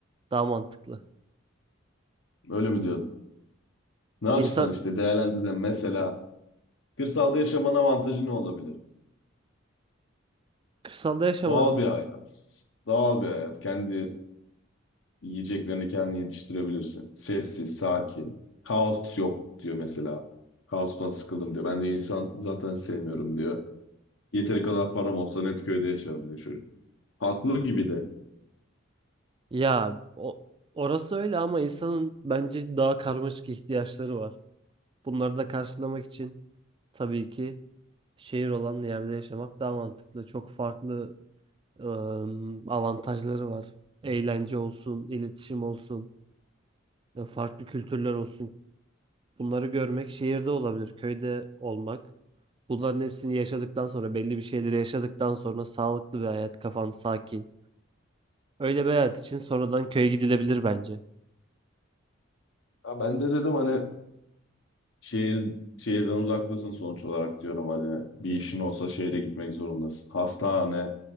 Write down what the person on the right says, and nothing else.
daha mantıklı.
İnsan
kırsalda yaşamanın
ya o, orası öyle ama insanın bence daha karmaşık ihtiyaçları var. Bunları da karşılamak için tabii ki şehir olan yerde yaşamak daha mantıklı. Çok farklı ıı, avantajları var. Eğlence olsun, iletişim olsun, e, farklı kültürler olsun. Bunları görmek şehirde olabilir, köyde olmak. Bunların hepsini yaşadıktan sonra, belli bir şeyleri yaşadıktan sonra sağlıklı bir hayat, kafan sakin. Öyle bir hayat için sonradan köye gidilebilir bence.